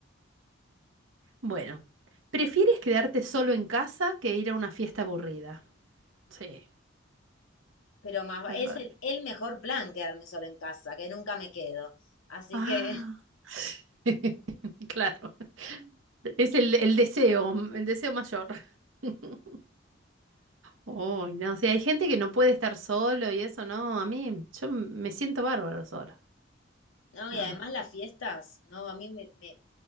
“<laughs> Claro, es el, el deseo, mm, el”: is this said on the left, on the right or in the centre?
Right